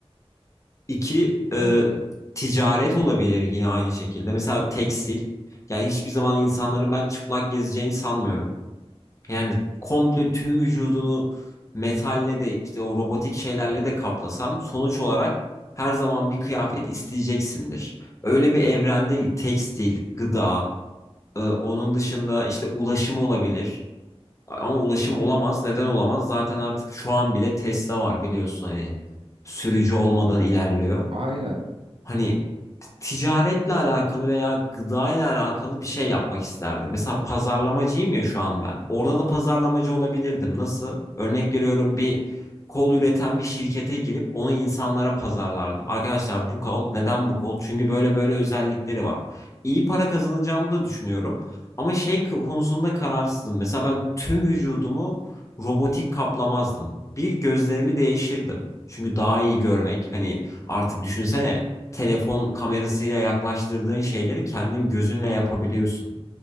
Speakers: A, on the left; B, on the right.
A: İki e,
B: Tabii ki de.
A: ticaret olabilir yine aynı şekilde. Mesela tekstil. Yani hiçbir zaman insanların ben çıplak gezeceğini sanmıyorum. Yani komple tüm vücudunu metalle de işte o robotik şeylerle de kaplasan sonuç olarak her zaman bir kıyafet isteyeceksindir. Öyle bir evrende tekstil, gıda, e, onun dışında işte ulaşım olabilir. Ama ulaşım olamaz. Neden olamaz? Zaten artık şu an bile Tesla var biliyorsun hani sürücü olmadan ilerliyor.
B: Aynen.
A: Hani ticaretle alakalı veya gıdayla alakalı bir şey yapmak isterdim. Mesela pazarlamacıyım ya şu an ben. Orada da pazarlamacı olabilirdim. Nasıl? Örnek veriyorum bir kol üreten bir şirkete girip onu insanlara pazarlardım. Arkadaşlar bu kol, neden bu kol? Çünkü böyle böyle özellikleri var. İyi para kazanacağımı da düşünüyorum. Ama şey konusunda kararsızım. Mesela ben tüm vücudumu robotik kaplamazdım. Bir gözlerimi değişirdim. Çünkü daha iyi görmek hani artık düşünsene telefon kamerasıyla yaklaştırdığın şeyleri kendin gözünle yapabiliyorsun.